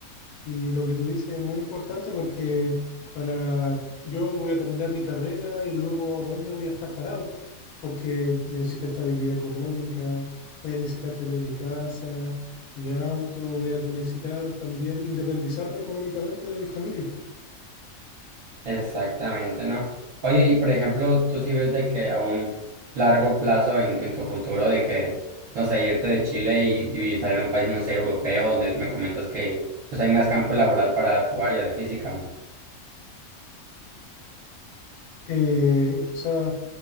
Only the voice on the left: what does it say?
Y lo que tú dices es muy importante porque para yo voy a terminar mi carrera y luego dónde voy a estar parado, porque necesito estabilidad económica, voy a necesitar tener mi casa, mi auto, voy a necesitar también independizarme económicamente de mi familia.
Eh, o sea,